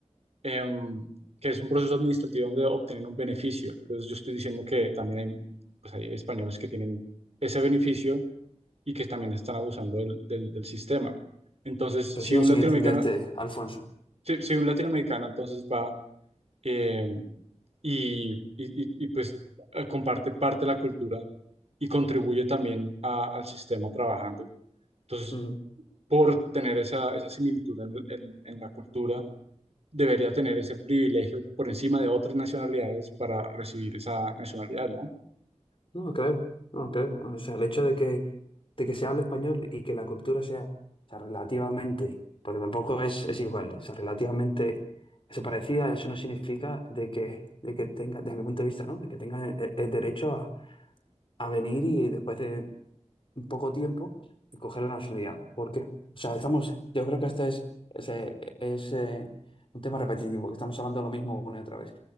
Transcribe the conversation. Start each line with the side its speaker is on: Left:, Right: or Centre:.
Right: em, que es un proceso administrativo donde obtienen un beneficio. Entonces yo estoy diciendo que también hay, pues hay españoles que tienen ese beneficio y que también están abusando del, del- del sistema. Entonces,
Left: Pero
Right: si
Left: sigo
Right: un
Left: sin
Right: latinoamericano,
Left: entenderte, Alfonso.
Right: si, si un latinoamericano entonces va eh, y, y- y- y, pues eh, comparte parte de la cultura y contribuye también a- al sistema trabajando, entonces
Left: Ujú.
Right: por tener esa, esa similitud en en- en la cultura, debería tener ese privilegio por encima de otras nacionalidades para recibir esa nacionalidad, ¿no?
Left: No lo creo, no lo creo. O sea, el hecho de que, de que se hable español y que la cultura sea O sea, relativamente, porque tampoco es, es igual, o sea, relativamente eso parecida, eso no significa de que, de que tenga, desde mi punto de vista, ¿no? De que tenga el, el derecho a, a venir y después de, poco tiempo y coger la nacionalidad. ¿Por qué? O sea, estamos, yo creo que este es, es, eh, es, eh, un tema repetitivo, que estamos hablando de lo mismo una y otra vez.